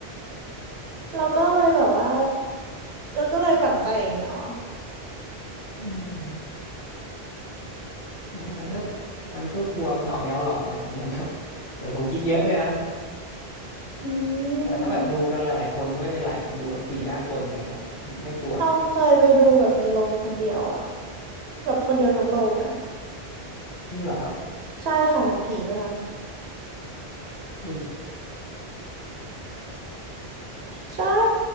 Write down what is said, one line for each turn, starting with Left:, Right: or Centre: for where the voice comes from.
Right: เราก็เลยแบบว่า เราก็เลยฝังใจอย่างเงี้ยอ๋อ
Left: อืมมันมันก็มันก็กลัวมันออกแนวหลอนนะครับเหมือนแบบเหมือนผมคิดเยอะด้วยนะ
Right: อื
Left: แต่ถ้าแบบดูกันหลายๆคนก็ไม่เป็นไรครับดูแบบสี่ห้าคนอย่างเงี้ยครับไม่กลัวครับ
Right: มต้องเคยไปดูแบบในโรงคนเดียวอะ แบบคนเดียวทั้งโรงอะ
Left: จริงเหรอครับ
Right: ใช่ค่ะหนังผีด้วยนะ
Left: อุ้ย
Right: ใช่